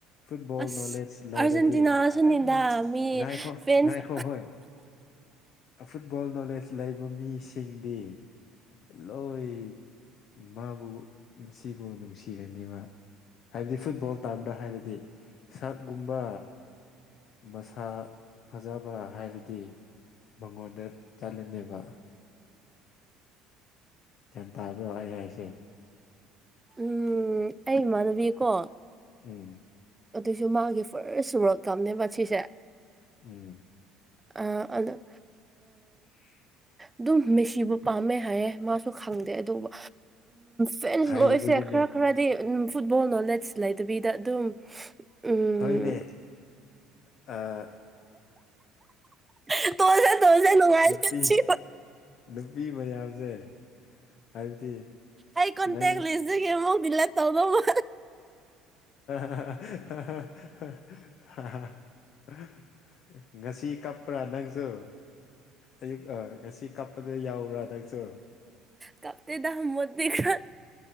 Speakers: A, on the left; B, on the right.
A: ꯐꯨꯠꯕꯣꯜ
B: ꯑꯁ
A: ꯅꯣꯂꯦꯖ ꯂꯩꯔꯗꯤꯝ
B: ꯑꯥꯔꯖꯦꯟꯇꯤꯅꯥꯁꯨꯅꯤꯗ ꯃꯤ
A: ꯉꯥꯏꯈꯣ
B: ꯐꯦꯟꯁ
A: ꯉꯥꯏꯈꯣ ꯍꯣꯏ ꯐꯨꯠꯕꯣꯜ ꯅꯣꯂꯦꯖ ꯂꯩꯕ ꯃꯤꯁꯤꯡꯗꯤ ꯂꯣꯏ ꯃꯥꯕꯨ ꯃꯁꯤꯕꯨ ꯅꯨꯡꯁꯤꯔꯅꯦꯕ ꯍꯥꯏꯕꯗꯤ ꯐꯨꯠꯕꯣꯜ ꯇꯥꯝꯗ ꯍꯥꯏꯔꯗꯤ ꯁꯛꯒꯨꯝꯕ ꯃꯁꯥ ꯐꯖꯕ ꯍꯥꯏꯔꯗꯤ ꯃꯉꯣꯟꯗ ꯆꯠꯂꯅꯦꯕ ꯒ꯭ꯌꯥꯟ ꯇꯥꯕ꯭ꯔꯣ ꯑꯩ ꯍꯥꯏꯁꯦ
B: ꯎꯝ ꯑꯩ ꯏꯃꯥꯟꯅꯕꯤꯀꯣ
A: ꯎꯝ
B: ꯑꯗꯨꯏꯁꯨ ꯃꯥꯒꯤ ꯐꯥꯔꯁ ꯔꯜꯀꯅꯦꯕ ꯁꯤꯁꯦ
A: ꯎꯝ
B: ꯑ ꯑꯗꯨꯗ
A: <inaudible>
B: ꯑꯗꯨꯝ ꯃꯦꯁꯤꯕꯨ ꯄꯥꯝꯃꯦ ꯍꯥꯏꯌꯦꯦ ꯃꯥꯁꯨ ꯈꯪꯗꯦ ꯑꯗꯨꯕꯨ ꯐꯦꯟꯁ
A: ꯍꯩꯕꯒꯤꯅꯦ
B: ꯂꯣꯏꯁꯦ ꯈꯔ ꯈꯔꯗꯤꯝ ꯐꯨꯠꯕꯣꯜ ꯅꯣꯂꯦꯖ ꯂꯩꯗꯕꯤꯗ ꯑꯗꯨꯝ ꯎꯝ
A: ꯍꯅꯦ ꯑ
B: ꯇꯣꯛꯑꯁꯦ ꯇꯣꯛꯑꯁꯦ ꯅꯨꯡꯉꯥꯏꯇꯦ
A: ꯅꯨꯄꯤ
B: ꯁꯤ
A: ꯅꯨꯄꯤ ꯃꯌꯥꯝꯁꯦ ꯍꯥꯏꯕꯗꯤ
B: ꯑꯩ ꯀꯣꯟꯇꯦꯛ
A: ꯅꯩ
B: ꯂꯤꯁ ꯒ ꯌꯦꯃ ꯂ ꯇꯧꯕꯕ
A: <unintelligible> ꯉꯁꯤ ꯀꯞꯄ꯭ꯔꯥ ꯅꯪꯁꯨ ꯑꯌꯨꯛ ꯉꯁꯤ ꯀꯞ ꯐꯅ ꯌꯥꯎꯕ꯭ꯔꯥ ꯅꯪꯁꯨ
B: ꯀꯞꯇꯦꯗ ꯃꯨꯠꯇꯤ ꯈꯔ